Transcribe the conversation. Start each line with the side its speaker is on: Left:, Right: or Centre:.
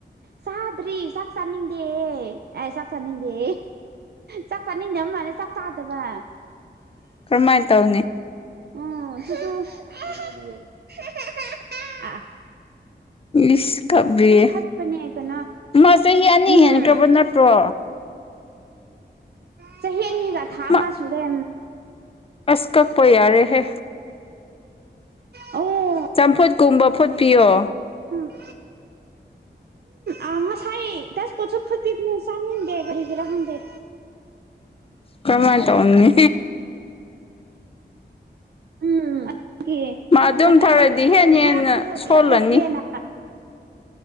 Right: ꯆꯗ꯭ꯔꯤ ꯆꯥꯛ ꯆꯥꯅꯤꯡꯗꯦ ꯑꯩ ꯆꯥꯛ ꯆꯥꯅꯤꯡꯗꯦ ꯆꯥꯛ ꯆꯥꯅꯤꯗꯕ ꯃꯥꯦ ꯆꯥꯛ ꯆꯥꯗꯕ
Left: ꯀ꯭ꯔꯃꯥꯏ ꯇꯥꯎꯅꯤ
Right: ꯑꯣ
Left: ꯏꯁ ꯀ꯭ꯔꯤꯌꯦ
Right: ꯊꯠꯄꯅꯦ ꯀꯩꯅꯣ
Left: ꯃꯥ ꯆꯍꯤ ꯑꯅꯤ
Right: ꯎꯝ
Left: ꯍꯦꯟ ꯀꯕ ꯅꯠꯇ꯭ꯔꯣ
Right: ꯆꯍꯤꯅꯤꯒ ꯊꯥ
Left: ꯃꯥ
Right: ꯑꯃ ꯁꯨꯔꯦ
Left: ꯑꯁ ꯀꯛꯄ ꯌꯥꯔꯦꯍꯦ
Right: ꯑꯣ
Left: ꯆꯝꯐꯨꯠ ꯀꯨꯝꯕ ꯐꯨꯠꯄꯤꯌꯣ
Right: ꯑꯗꯨꯝ ꯎꯝ ꯑ ꯁ ꯗꯁꯄꯁꯨ ꯄꯤ ꯁꯗꯔꯤꯒꯤꯔꯟꯗ
Left: ꯀꯃꯥꯏ ꯇꯧ ꯑꯣꯅꯤ
Right: ꯎꯝ ꯑꯗꯨ
Left: ꯃꯥ ꯑꯗꯨꯝ
Right: ꯀꯩꯅꯣ
Left: ꯊꯧꯔꯗꯤ ꯍꯦꯟ ꯍꯦꯟꯅ
Right: ꯃꯔꯥꯡꯗ
Left: ꯁꯣꯜꯂꯅꯤ
Right: ꯊꯠꯂꯒꯦꯅ